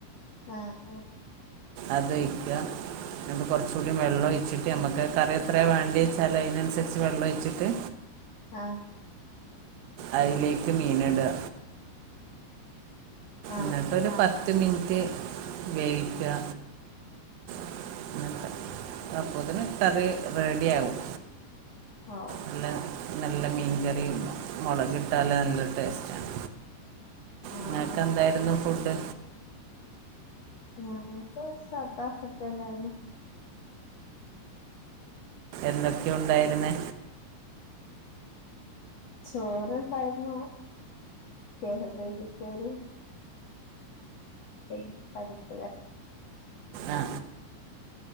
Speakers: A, on the left; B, on the right.
A: ആ ആ
B: അതൊഴിക്കുക <inaudible> കൊറച്ച് കൂടി വെള്ളം ഒഴിച്ചിട്ട് നമ്മക്ക് കറി എത്രയാ <unintelligible> വെച്ചാല് അതിനനുസരിച്ച് വെള്ളം ഒഴിച്ചിട്ട്
A: ആ
B: അതിലേക്ക് മീൻ ഇടുക
A: ആഹ്
B: എന്നിട്ടൊരു പത്ത് മിനിറ്റ് വേവിക്കുക <inaudible> അപ്പത്തേക്കും കറി റെഡിയാവും
A: ആ
B: നല്ല നല്ല മീൻകറിയുണ്ട് മൊളകിട്ടാല് നല്ല ടേസ്റ്റാണ്
A: ആഹ്
B: നിങ്ങൾക്ക്
A: ആഹ്
B: എന്തായിരുന്നു ഫുഡ്
A: ഞങ്ങൾക്ക് സാധാ ഫുഡ് തന്നെയാണ്
B: എന്തൊക്കെയാ ഉണ്ടായിരുന്നേ
A: ചോറുണ്ടായിരുന്നു കാബേജുപ്പേരീ <unintelligible> പരിപ്പുകറി
B: ആ